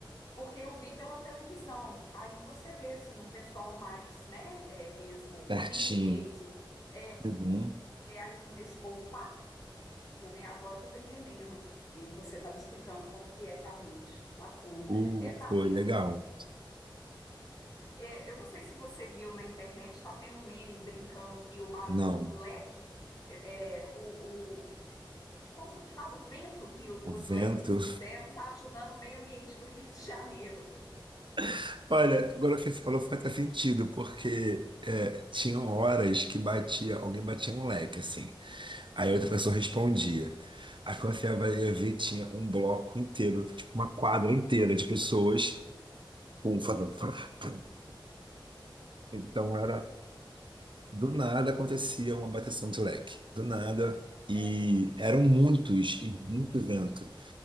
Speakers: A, on the left; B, on the right.
A: porque eu vi pela televisão. Aí você vê assim um pessoal mais, né, é, mesmo
B: Pertinho.
A: VIP mesmo. É,
B: Uhum.
A: é, aí esse povo Assim, agora que eu estou entendendo, que você está me explicando como que é realmente. Bacana.
B: O...
A: É, tá
B: Foi
A: tendo,
B: legal.
A: é, eu não sei se você viu na internet, está tendo um meme brincando que o barulho,
B: Não,
A: o leque, é, é, o, o- como que fala? O vento que o-
B: o
A: os
B: vento.
A: leques fizeram está ajudando o meio ambiente do Rio de Janeiro.
B: <laughs> Olha, agora o que você falou faz até sentido, porque é, tinham horas que batia, alguém batia um leque, assim. Aí
A: Hum,
B: outra pessoa respondia. Aí quando você vai- ia ver, tinha um bloco inteiro, tipo uma quadra inteira de pessoas com fazendo. frá, frá. Então era. Do nada acontecia uma bateção de leque. Do nada. E
A: é.
B: eram muitos, e muito vento.